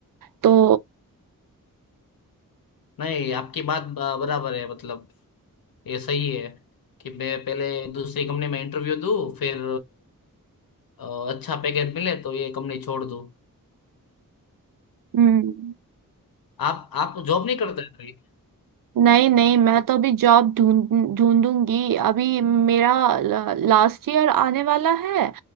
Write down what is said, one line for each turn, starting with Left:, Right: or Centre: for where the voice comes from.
Right: तो
Left: नहीं आपकी बात ब- बराबर है मतलब ये सही है कि मैं पहले दूसरी कंपनी में इंटरव्यू दूँ फिर अ, अच्छा पैकेज मिले तो ये कंपनी छोड़ दूँ
Right: हम्म
Left: आप आप जॉब नहीं करते हैं अभी?
Right: नहीं नहीं मैं तो अभी जॉब ढूंढ ढूंढूंगी अभी मेरा लास्ट ईयर आने वाला है